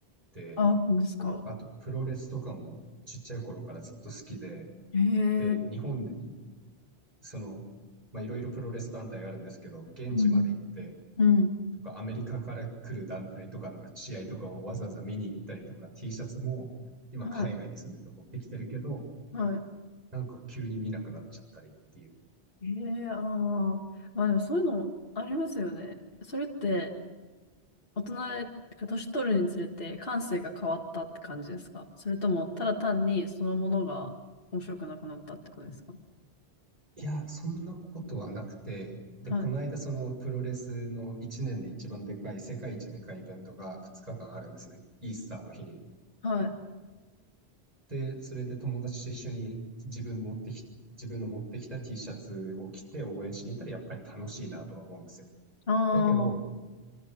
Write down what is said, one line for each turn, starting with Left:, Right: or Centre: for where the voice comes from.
Right: て、
Left: あ、そうですか。
Right: あとプロレスとかもちっちゃい頃からずっと好きで、
Left: へえ。
Right: で、日本でその、まあ、いろいろプロレス団体があるんですけど、現地まで行って、
Left: うん。うん。
Right: とか、アメリカから来る団体とかの試合とかをわざわざ見に行ったりとか、T シャツも今海外に住んでて持ってきてるけど、
Left: はい。は
Right: なんか急に見なくなっちゃったりっていう。
Left: い。へえ、ああ。まあでもそういうのありますよね。それって、大人が年取るにつれて感性が変わったって感じですかそれとも、ただ単にそのものが面白くなくなったってことですか
Right: いや、そんなことはなくて、で、
Left: はい。
Right: この間そのプロレスの1年で一番でかい、世界一でかいイベントが2日間あるんですね。イースターの日に。
Left: はい。
Right: で、それで友達と一緒に自分持ってき、自分の持ってきた T シャツを着て応援しに行ったらやっぱり楽しいなとは思うんですよ。
Left: ああ、
Right: だけど、